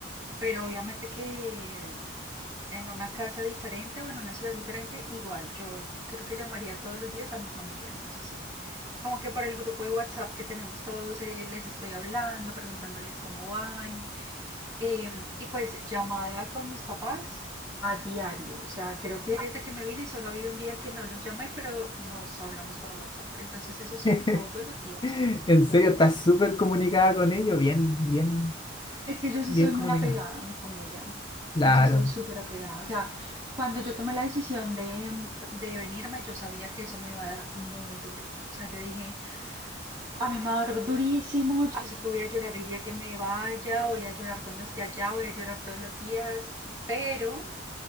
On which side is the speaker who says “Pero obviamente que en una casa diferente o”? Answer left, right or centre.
Right